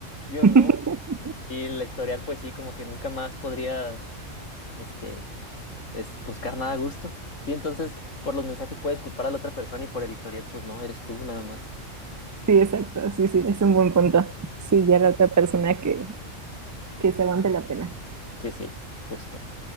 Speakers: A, on the left; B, on the right.
A: Yo
B: <laughs>
A: no. Y el historial, pues sí, como que nunca más podrías, este, es- buscar nada a gusto. Sí, entonces por los mensajes puedes culpar a la otra persona y por el historial, pues no, eres tú nada más.
B: Sí, exacto. Sí, sí, es un buen punto. Sí, ya la otra persona que, que se aguante la pena.
A: Sí, sí, justo.